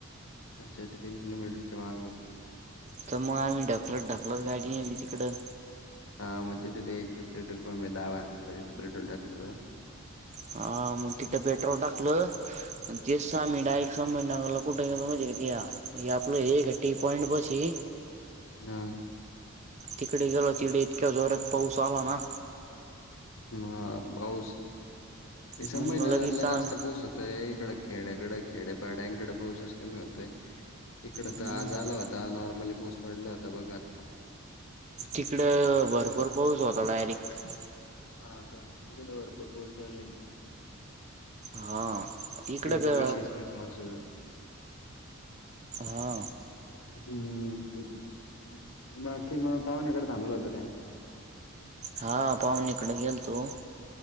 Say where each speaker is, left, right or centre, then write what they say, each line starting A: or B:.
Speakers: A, on the left; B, on the right.
A: अच्छा इथ तीन किलोमीटरच्या माग.
B: तर मग आम्ही ढकलत ढकलत गाडी नेली तिकडं.
A: हा मग तिथे ते एच पी पेट्रोल पंप ये डाव्या हाताला तिथे पेट्रोल टाकलं होतं का.
B: हा मग तिथं पेट्रॉल टाकलं आणि तेच आम्ही डायरेक्ट संभाजीनगरला कुठे गेलो माहितीये का त्या हे आपलं हे का टी पॉईंट पाशी.
A: हम्म.
B: तिकडे गेलो तिकडे इतक्या जोरात पाऊस आला ना
A: म बाऊस हे संभाजीनगरला
B: मग लगेच सांग
A: जास्त पाऊस ये य इकड खेड्याकड खेडेपाड्यांकडे पाोसेस कमी होतय इकड
B: हम्म
A: तर आज आला होत आता नॉर्मली पाऊस पडला होता बघ आता
B: तिकडं भरपूर पाऊस होता डायरेक्ट.
A: हा का ति <unintelligible> भरपूर पोहोचालय.
B: हा
A: इकडे
B: इकडं
A: काही
B: ग
A: विशेष नाही पाऊस एवढ.
B: हा.
A: हम्म बाकी मग पाहुण्याकडे थांबलं होत काय.
B: हा पाहुन इकडे गेल तो.